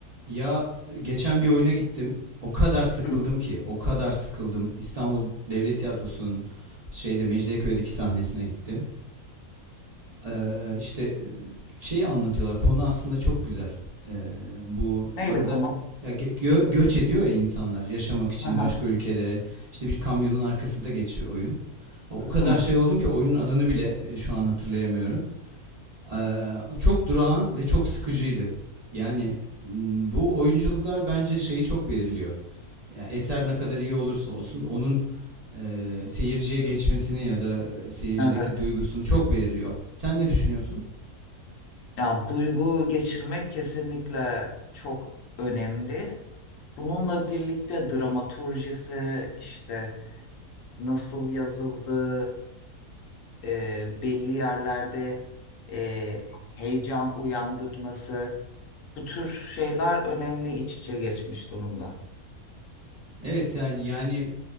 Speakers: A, on the right (about 45°); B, on the left (about 65°).
A: Ya e, geçen bir oyuna gittim. O kadar sıkıldım
B: Hı.
A: ki, o kadar sıkıldım. İstanbul Devlet Tiyatrosu'nun şeyde Mecidiyeköy'deki sahnesine gittim. Ee, işte şey anlatıyorlar. Konu aslında çok güzel. Ee, bu
B: Neydi
A: arada
B: konu?
A: ya gö- gö- göç ediyor ya insanlar yaşamak için
B: Hı hı.
A: başka ülkelere. İşte bir kamyonun arkasında geçiyor oyun. O
B: Hı.
A: o kadar şey oldum ki oyunun adını bile e, şu an hatırlayamıyorum. Ee, çok durağan ve çok sıkıcıydı. Yani m, bu oyunculuklar bence şeyi çok belirliyor. Yani eser ne kadar iyi olursa olsun onun e, seyirciye geçmesini ya da e, seyircideki
B: Evet.
A: duygusunu çok belirliyor. Sen ne düşünüyorsun?
B: Ya duygu geçirmek kesinlikle çok önemli. Bununla birlikte dramaturjisi işte nasıl yazıldı, e, belli yerlerde e, heyecan uyandırması bu tür şeyler önemli iç içe geçmiş durumda.
A: Evet yani yani